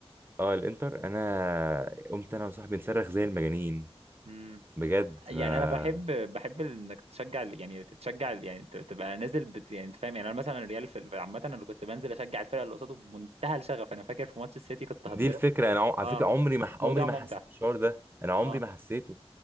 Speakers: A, on the right; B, on the right.
A: اه الانتر انا قمت انا وصاحبي نصرخ زي المجانين
B: مم.
A: بجد
B: يعني
A: ما
B: انا بحب بحب انك تشجع ال- يعني تتشجع ال- يعني ت- تبقى نازل بت يعني انت فاهم يعني انا مثلا الريال في في- عامه انا كنت بنزل اشجع الفرقه اللي قصاده بمنتهى الشغف انا فاكر في ماتش السيتي كنت هتضرب
A: دي الفكره انا عم- على
B: اه
A: فكره عمري ما ح-
B: موضوع
A: عمري ما
B: ممتع
A: حسيت الشعور ده انا عمري
B: اه
A: ما حسيته